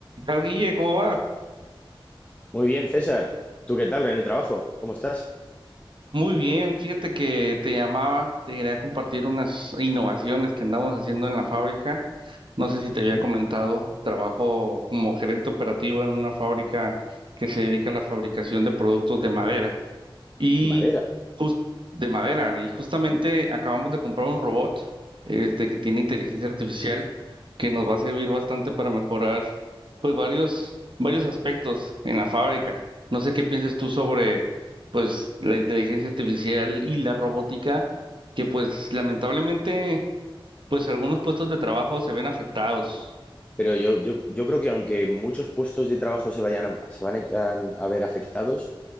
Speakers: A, on the right (about 65°); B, on the left (about 15°).
A: Tal Guille, ¿cómo va?
B: Muy bien, César. ¿Tú qué tal en el trabajo? ¿Cómo estás?
A: Muy bien, fíjate que te llamaba, te quería compartir unas innovaciones que andamos haciendo en la fábrica. No sé si te había
B: ¿Mm?
A: comentado, trabajo como gerente operativo en una fábrica que se dedica a la fabricación de productos de madera. y
B: De madera.
A: jus- de madera. Y justamente
B: ¿Mm?
A: acabamos de comprar un robot este, que tiene inteligencia artificial que nos va a servir bastante para mejorar pues varios, varios aspectos en la fábrica. No sé qué piensas tú sobre pues la inteligencia artificial y la robótica, que pues lamentablemente pues algunos puestos de trabajo se ven afectados.
B: Pero yo, yo, yo creo que aunque muchos puestos de trabajo se vayan a, se van a, yan- a ver afectados,